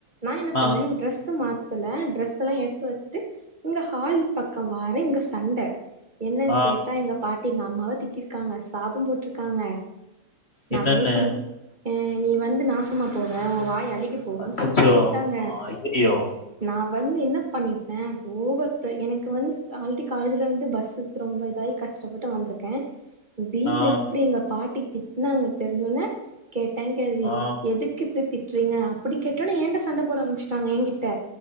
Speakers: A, on the right; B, on the left.
A: நா என்ன
B: ஆ
A: பண்ணேன் டிரெஸ்ஸ மாத் தல டிரெஸெல்லா எடுத்துவச் இங்க ஹால் பக்கோ வாரே இங்க சண்ட என்னன்
B: ஆ
A: கேட்டா எங்க பாட்டி எங்க அம்மாவா திட்டிர்க்காங்க சாபோ போட்ருக்காங்க நெறயா
B: என்னன்னு
A: பண் அ நீ வந்து நாசமா போவ ஓ வாய் அழுகிப் போகுன்
B: அச்சோ
A: சொல்லி திட்டிருக்காங்க
B: ஐயோ
A: நா வந்து என்ன பண்ணிட்டே ஓவர் ப்ரெ எனக்கு வந்து ஆல்ரெடி காலேஜில வந்து பஸ்ஸுர்க் ரொம்ப இதாயி கஷ்டப்பட்டு வந்துருக்கே வீட்ல
B: ஆ
A: இப்டி எங்க பாட்டி திட்டனாங்க தெரிஞ்சோடனே கேட்டே கேள்வி
B: ஆ
A: எதுக் கு இப்டி திட்றீங்க அப்பிடின் கேட்டோனே ஏன்ட சண்ட போட ஆரம்பிச்சிட்டாங்க ஏங்கிட்ட